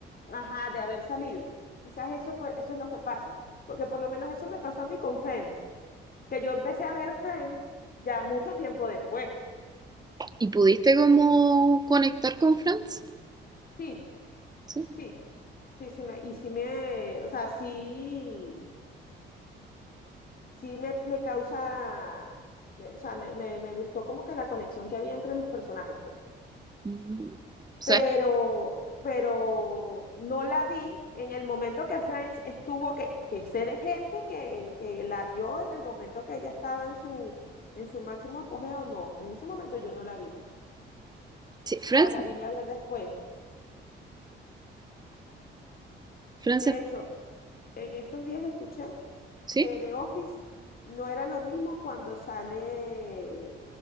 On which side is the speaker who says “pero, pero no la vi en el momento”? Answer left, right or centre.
Left